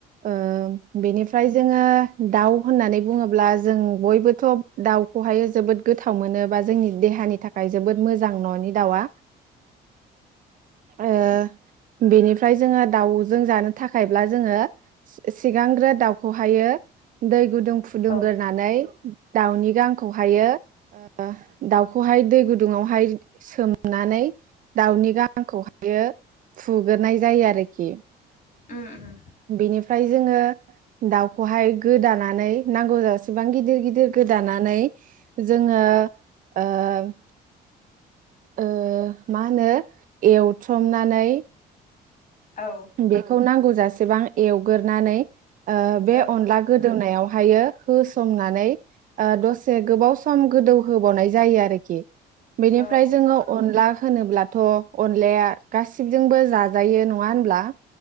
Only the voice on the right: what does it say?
ओ बेनिफ्राय जोङो दाउ होननानै बुङोब्ला जों। बयबोथ' दाउखौहाय जोबोद गोथाव मोनो, बा जोंनि देहानि थाखाय जोबोद मोजां न'नि दाउआ। ओ बेनिफ्राय जोङो दाउजों जानो थाखायब्ला जोङो सिगांग्रो दाउखौहायो। दै गुदुं फुदुंग्रोनानै।
दाउनि गांखौहायो ओ दाउखौह दै गुदुंआव हाय सोम। नानै दाउनि गाहांखौहायो। फुग्रोनाय जायो आरो। आरोखि
बेनि। ओमफ्राय जोङो दाउखौहाय गोदानानै नांगौ जाजासिबां गिदिर-गिदिर गिदिर गोदानानै जोङो ओ- ओ मा होनो एवथमनानै
बेखौ नांगौ जासेबां एवगोरनानै बे
अनला गोदौनायाव हायो होसननानै ओ दसे गोबाव सम गोदौ होबावनाय जायो आरोखि। बेनिफ्राय
जोङो अनला होनोब्लाथ' अनलाया गासिबजोंबो जाजायो नङा होनब्ला? <inaudible>